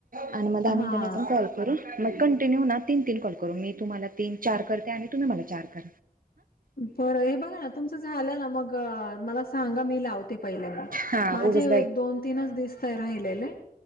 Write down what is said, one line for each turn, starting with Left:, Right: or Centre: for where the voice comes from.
Right: आणि मग दहा मिनिटांनी
Left: हा
Right: आपण कॉल करून मग कं ्य तीन तीन कॉल करून मी तम तन चार करते आणि तुम्ही मला चार क
Left: बरं हे बघा ना तुमचं झालं ना मग मला सांगा मी लावते पहिले मग
Right: हा
Left: माझे
Right: उगच
Left: एक दोन तीनच दिस ते राहिलेले